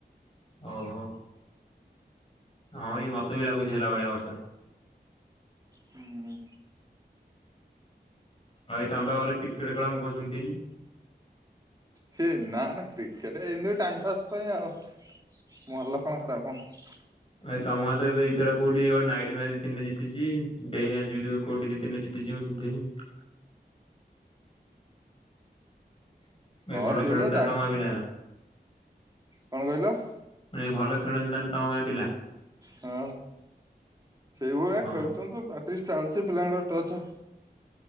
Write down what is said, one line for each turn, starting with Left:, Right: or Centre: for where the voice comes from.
Left: ଓହୋ। ହଁ ଏଇ ମତେ ବି ଲାଗୁଛି ହେଲା ଭଳିଆ ବର୍ଷା।
Right: ହୁଁ।
Left: ଭାଇ ତମେ ବା ଭଲ କ୍ରିକେଟ ଖେଳ ମୁଁ କଣ ଶୁଣିଥିଲି?
Right: ସେ ନା ନା କ୍ରିକେଟ ଏମିତି ଟାଇମ ପାସ୍ ପାଇଁ ଆଉ। ଭଲ କଣ ଖରାପ କଣ।
Left: ଭାଇ ତମର ତ ଏବେ ଏଇଥର କୋଉଠି ଇ ନାଇଟି ମ୍ୟାଚ ଦି ତିିନିଟା ଜିତିଛି ଡେ ମ୍ୟାଚ ବି ଯଉ କୋଉ ଦି ତିନିଟା ଜି <unintelligible> ଏ
Right: ହଁ
Left: ଭଲ
Right: ସେଇଭଳିଆ
Left: ଖେଳତା
Right: ଦାୟି
Left: ତମ <unintelligible>
Right: କଣ କହିଲ?
Left: ଯେ ଭଲ ଖେଳନ୍ତାନ୍ ତମ ଗାଁ ପିଲା।
Right: ହଁ ସେଇଭଳିଆ
Left: ହଁ
Right: ଖେଳୁଛନ୍ତି ପ୍ରାକ୍ଟିସ ଚାଲିଛି ପିଲାଙ୍କର ଟଚ୍